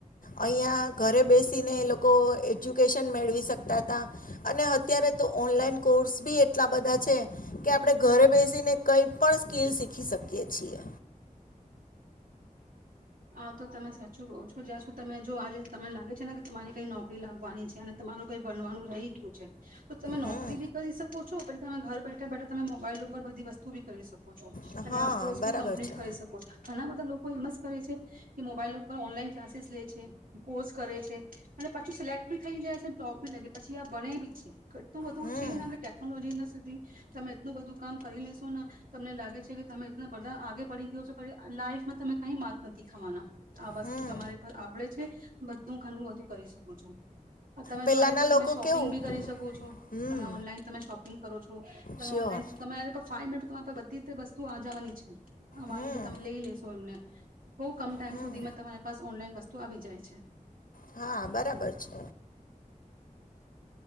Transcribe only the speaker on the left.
અહીંયા ઘરે બેસીને એ લોકો લોકો એજ્યુકેશન મેળવી શકતા હતા અને અત્યારે તો ઓનલાઈન કોર્સ બી એટલા બધા છે કે આપણે ઘરે બેસીને કંઈ પણ સ્કીિલ શીખી શકીએ કે છએ
હમ
હા
બરાબર
છે
હમ
હમ
પેલાના
લોકો
કેવું
હમ
શ્યોર
હમ
હમ
હા બરાબર છે